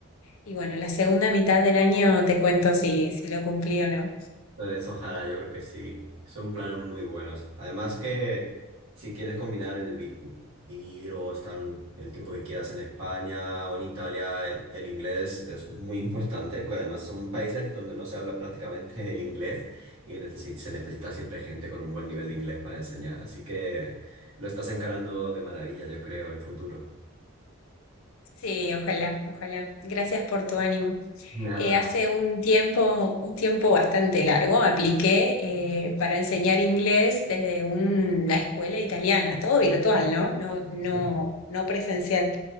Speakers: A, on the left; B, on the right.
A: y bueno, la segunda mitad del año te cuento si, si lo cumplí o no.
B: Pues ojalá, yo creo que sí. Son planes muy buenos. Además que si quieres combinar el vi- vivir o estar el tiempo que quieras en España o en Italia, e- el inglés es muy importante porque además son países donde no se habla prácticamente el inglés y necesi- se necesita siempre gente con un buen nivel de inglés para enseñar. Así que lo estás encarando de maravilla, yo creo, el futuro.
A: Sí, ojalá, ojalá. Gracias por tu ánimo.
B: Nada.
A: Eh, hace un tiempo, un tiempo bastante largo, apliqué eh, para enseñar inglés desde una escuela italiana, todo virtual, ¿no? No, no,
B: Sí.
A: no presencial.